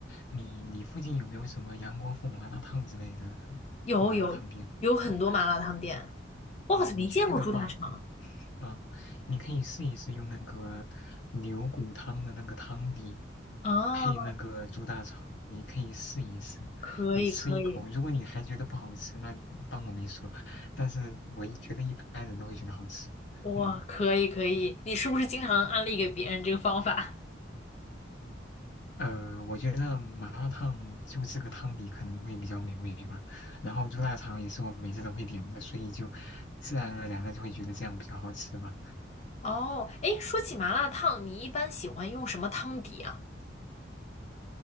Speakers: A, on the left; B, on the left.
A: 你你附近有没有什么杨国富麻辣烫之类的麻辣烫店？
B: 有有有很多麻辣烫店，
A: 哦，
B: 我好像没见过猪大肠
A: 嗯，你去的话，嗯啊，你可以试一试用那个牛骨汤的那个汤底
B: 啊，
A: 配那个猪大肠，你可以试一试，
B: 可以可以。
A: 你吃一口，如果你还觉得不好吃，那当我没说，但是我一觉得一般人都会觉得好吃，
B: 哇，
A: 嗯。
B: 可以可以，你是不是经常安利给别人这个方法？
A: 呃，我觉得麻辣烫就这个汤底可能会比较美味吧，然后猪大肠也是我每次都会点的，所以就自然而然的就会觉得这样比较好吃吧。
B: <laughs> 哦，哎，说起麻辣烫，你一般喜欢用什么汤底啊？